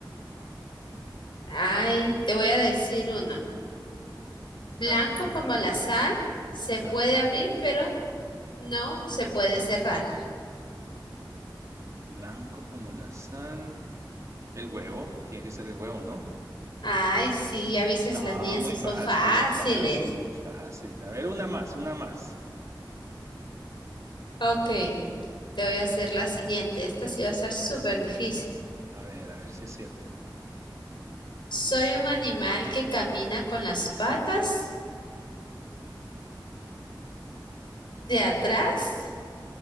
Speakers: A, on the left; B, on the right.
A: ay, te voy a decir uno. Blanco
B: A ver, uno.
A: como la sal, se
B: Ajá.
A: puede abrir, pero no se puede cerrar.
B: Blanco como la sal. El huevo. Tiene que ser el huevo, ¿no?
A: Ay, sí, a veces
B: No,
A: las mías
B: muy
A: sí
B: fácil,
A: son fáciles.
B: muy fácil, muy fácil. A ver, una más, una más.
A: Ok, te voy a hacer la siguiente. Esta sí va a ser súper difícil.
B: A ver, a ver si es cierto.
A: Soy un animal que camina con las patas de atrás.